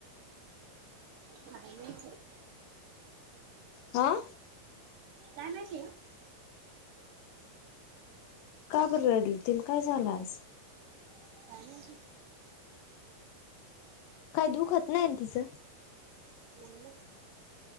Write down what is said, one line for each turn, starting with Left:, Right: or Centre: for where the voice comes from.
Right: काही नाही.
Left: आं.
Right: काय नाही की
Left: का बर रडली तीला काय झालं आज?
Right: काय माहिती
Left: काय दुखत नाही ना तिचं?
Right: नाही